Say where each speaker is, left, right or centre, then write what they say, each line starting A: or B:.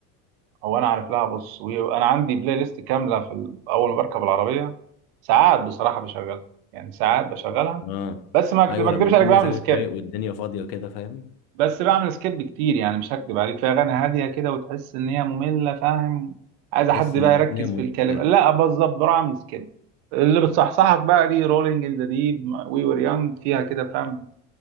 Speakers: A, on the right; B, on the left.
A: هو أنا عارف لها بص وي... أنا عندي بلاي ليست كاملة في ال... أول ما بركب العربية ساعات بصراحة بشغلها يعني ساعات بشغلها
B: اه
A: بس ما
B: ايوه
A: أكد- ما أكدبش
B: لما يكون
A: عليك بعمل
B: مزاجك
A: سكيب
B: رايق والدنيا فاضيه كده فاهم
A: بس بعمل سكيب كتير يعني مش هكدب عليك في اغاني هاديه كده وتحس ان هي ممله فاهم عايزه
B: تحس
A: حد
B: انك
A: بقى يركز
B: هتنام
A: في
B: وانت
A: الكلمه
B: سايق
A: لا بالظبط بروح اعمل سكيب اللي بتصحصحك بقى دي رولينج ان ذا ديب وي وير يونج فيها كده فاهم